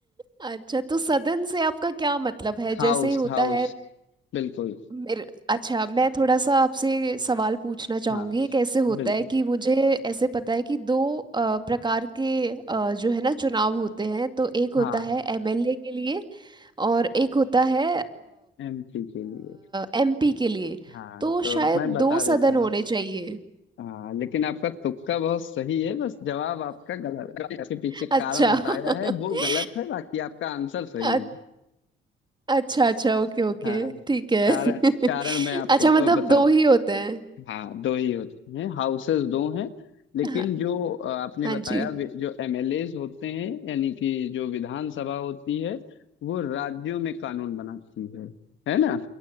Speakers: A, on the right (about 20°); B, on the left (about 75°).
A: अच्छा तो सदन से आपका क्या मतलब है
B: हाउस
A: जैसे होता
B: हाउस
A: है
B: बिल्कुल
A: मेरे अच्छा मैं थोड़ा सा आपसे सवाल पूछना चाहूंगी
B: हाँ
A: एक ऐसे होता
B: बिल्कुल
A: है कि मुझे ऐसे पता है कि दो अ, प्रकार के अ, जो है ना चुनाव होते हैं तो एक होता
B: हाँ
A: है एमएलए के लिए और एक होता है
B: एमपी के लिए
A: एमपी के लिए
B: हाँ
A: तो
B: तो
A: शायद
B: मैं बता
A: दो
B: देता
A: सदन
B: हूँ
A: होने चाहिए
B: हाँ लेकिन आपका तुक्का बहुत सही है बस जवाब आपका गलत है इसके पीछे कारण
A: अच्छा
B: बताया है
A: <laughs>
B: वो गलत है बाकी आपका आंसर सही
A: अ-
B: है
A: अच्छा अच्छा ओके ओके
B: हाँ
A: ठीक है
B: कारण
A: <laughs>
B: कारण मैं आपको
A: अच्छा मतलब
B: अ, बता
A: दो ही होते हैं
B: हाँ दो ही होते हैं हाउसेस दो हैं लेकिन
A: हाँ
B: जो अ, आपने
A: हाँ
B: बताया
A: जी
B: वि- जो एमएलएज होते हैं यानी कि जो विधानसभा होती है वो राज्यों में कानून बनाती है है ना